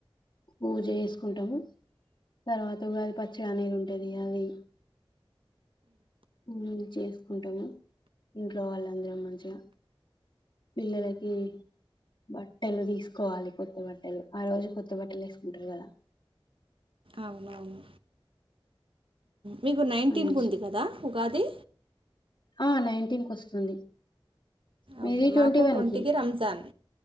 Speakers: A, on the left; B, on the right.
A: పూజ చేసుకుంటాము తర్వాతగా ఉగాది పచ్చడి అనేది ఉంటది అది ఉమ్ చేసుకుంటాము ఇంట్లో వాళ్ళందరూ మంచిగా పిల్లలకి బట్ ట్టలు తీసుకోవాలి కొత్త బట్టలు ఆ రోజు కొత్త బట్టలు వేసుకుంటారు కదా
B: అవునవును మీకు నైన్టీన్
A: అనేసి
B: కు ఉంది కదా గాది
A: ఆ నైటీన్ కు వస్తుంది మీది
B: ఓకే
A: ట్వంటీ
B: మాకు
A: వన్
B: ట్వంటీకి
A: కి
B: రంజాన్